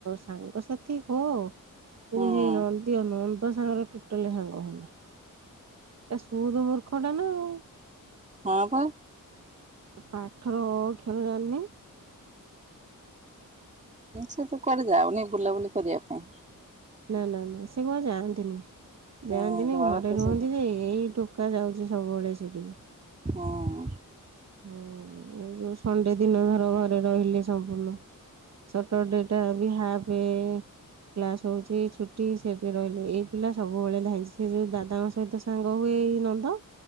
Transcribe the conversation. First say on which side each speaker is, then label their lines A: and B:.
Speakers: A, on the right (about 50°); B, on the right (about 20°).
A: ସାଙ୍ଗସାଥି ହ କିନ୍ତୁ
B: ହଁ।
A: ହେଇ ନାହାଁନ୍ତି ନନ୍ଦ ସାଙ୍ଗରେ ଟୋଟାଲି ସାଙ୍ଗ ହନା। ଏ ସୁଦ ମୂର୍ଖ ଟା ନା ଆଉ।
B: ହଁ ପା।
A: ପାଠର ଅ ଅକ୍ଷର ଜାଣିନି।
B: ସେ ତ କୁଆଡେ ଯାାଉନି ବୁଲାବୁଲି କରିବା ପାଇଁ।
A: ନା ନା ନା ସେ କୁଆ ଯାଆନ୍ତିନି।
B: ହଁ
A: ଯାଆନ୍ତିନି ଘରେ
B: ତ
A: ରୁହନ୍ତି
B: ସବୁ
A: ଯେ ଏଇ ଟୋକା ଯାଉଛି ସବୁବେଳେ ସେଠିକି।
B: ହଁ।
A: ହଁ ଏଇ ଯୋଉ ସଣ୍ଡେ ଦିନ ଧର ଘରେ ରହିଲେ ସମ୍ପୂର୍ଣ୍ଣ। ସଟର ଡେ ଟା ବି ହାପେ ଏ କ୍ଲାସ ହଉଛି ଛୁଟି ସେ ରହିଲେ ଏଇ ପିଲା ସବୁବେଳେ ଧାଇଁଛି ସେ ଯୋଉ ଦାଦାଙ୍କ ସହିତ ସାଙ୍ଗ ହୁଏ ନନ୍ଦ